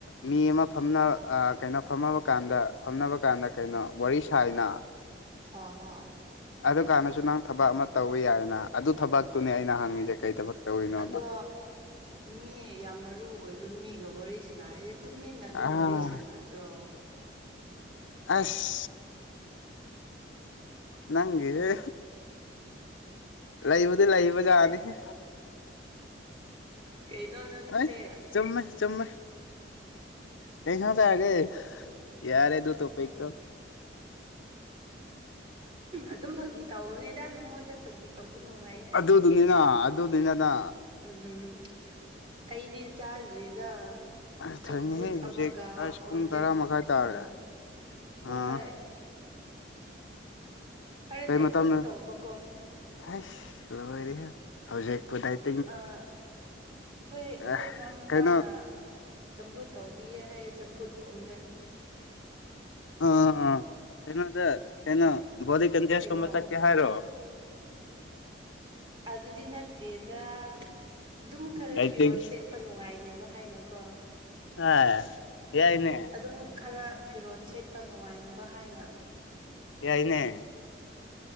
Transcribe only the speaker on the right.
ꯍꯣꯏ ꯍꯣꯏ
ꯑꯗꯣ ꯃꯤ ꯌꯥꯝ ꯃꯔꯨ ꯑꯣꯏꯕ ꯃꯤꯒ ꯋꯥꯔꯤ ꯁꯥꯟꯅꯔꯗꯤ ꯇꯨꯃꯤꯟꯅ ꯑꯗꯨꯝ
ꯋꯥꯔꯤ ꯁꯥꯟꯅ ꯇ꯭ꯔꯣ
ꯀꯩꯅꯣ ꯅꯪꯁꯦ
ꯑꯗꯨꯝ ꯐꯥꯒꯤ ꯇꯧꯕꯅꯤꯗ ꯅꯪꯉꯣꯟꯗ ꯐꯥꯒꯤ ꯇꯧꯕ ꯅꯨꯡꯉꯥꯏ
ꯎꯝ ꯎꯝ ꯑꯩꯗꯤ ꯆꯥꯗ꯭ꯔꯤꯗ
ꯆꯝꯐꯨꯠ
ꯑꯃꯒ
ꯑꯣꯝꯂꯦꯠ
ꯑꯃꯒ
ꯍꯣꯏ
ꯈꯔ
ꯗꯥꯏꯇꯤꯡ
ꯇꯧꯕꯀꯣ
ꯑ ꯑꯩꯈꯣꯏ ꯑꯩꯈꯣꯏ
ꯏꯅꯥꯎ ꯅꯨꯄꯥꯅ
ꯆꯝꯐꯨꯠ ꯇꯧꯕꯤꯌꯦ ꯍꯥꯏꯌꯦ ꯆꯝꯐꯨꯠ ꯑꯣꯝꯂꯦꯠ
ꯀꯩꯅꯣ
ꯑꯗꯨꯗꯤ ꯅꯠꯇꯦꯗ ꯑꯗꯨꯝ ꯈꯔ
ꯐꯤꯔꯣꯜ ꯁꯦꯠꯄ ꯅꯨꯡꯉꯥꯏꯅꯕ ꯍꯥꯏꯅꯀꯣ
ꯑꯗꯨꯝ ꯈꯔ ꯐꯤꯔꯣꯜ ꯁꯦꯠꯄ ꯅꯨꯡꯉꯥꯏꯅꯕ ꯍꯥꯏꯅ